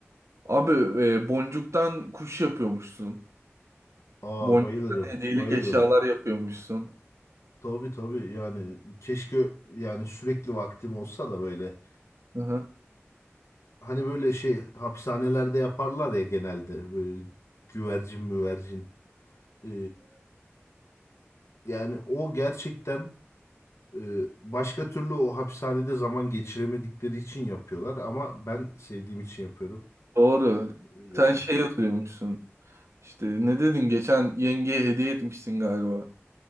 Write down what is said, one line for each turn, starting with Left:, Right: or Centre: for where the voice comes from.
Right: Abi e, boncuktan kuş yapıyormuşsun.
Left: Aa
Right: Boncuktan
Left: bayılırım
Right: hediyelik
Left: bayılırım.
Right: eşyalar yapıyormuşsun.
Left: Tabii tabii yani keşke yani sürekli vaktim olsa da böyle
Right: Hı hı.
Left: Hani böyle şey hapishanelerde yaparlar ya genelde böyle güvercin müvercin. Ee, yani o gerçekten e, başka türlü o hapishanede zaman geçiremedikleri için yapıyorlar ama ben sevdiğim için yapıyorum.
Right: Doğru.
Left: Ee,
Right: Sen şey yazıyormuşsun. İşte ne dedin? Geçen yengeye hediye etmişsin galiba.